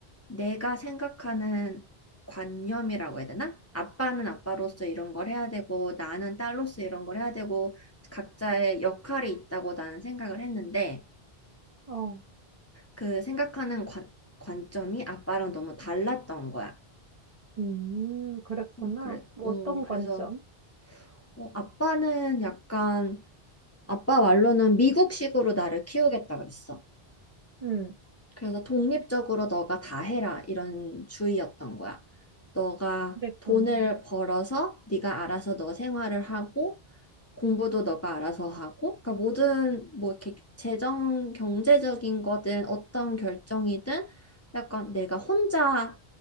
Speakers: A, on the left; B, on the right.
A: 내가 생각하는 관념이라고 해야 되나? 아빠는 아빠로서 이런 걸 해야 되고 나는 딸로서 이런 걸 해야 되고 각자의 역할이 있다고 나는 생각을 했는데
B: 어,
A: 그 생각하는 관, 관점이 아빠랑 너무 달랐던 거야.
B: 음, 그랬구나.
A: 음, 그래,
B: 뭐
A: 어,
B: 어떤
A: 그래서
B: 관점?
A: 어, 아빠는 약간 아빠 말로는 미국식으로 나를 키우겠다 그랬어.
B: 응,
A: 그래서 독립적으로 너가 다 해라 이런 주의였던 거야. 너가
B: 그랬구나.
A: 돈을 벌어서 네가 알아서 너 생활을 하고 공부도 너가 알아서 하고 그러니까 모든 뭐 이렇게 재정 경제적인 거든 어떤 결정이든 약간 내가 혼자